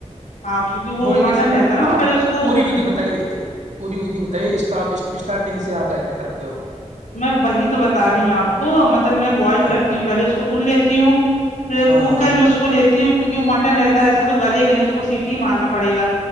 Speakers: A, on the left; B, on the right.
A: ہاں کیونکہ وہ
B: بوئل
A: مٹن
B: کیسے
A: رہتا ہے نا تو
B: آپ
A: پہلے اس کو
B: پوری ودھی بتائیے پوری ودھی بتائیے اسٹارٹنگ سے آپ کیا کیا کرتے ہو
A: میں وہی تو بتا رہی ہوں آپ کو مطلب میں بوائل
B: ہاں
A: کرتی ہوں پہلے اس کو دھل لیتی ہوں ککر
B: ہاں
A: میں کو لیتی ہوں کیونکہ وہ مٹن رہتا ہے ایسے تو گلے گ نہیں اس کو سیٹی ہی مارنا پڑے گا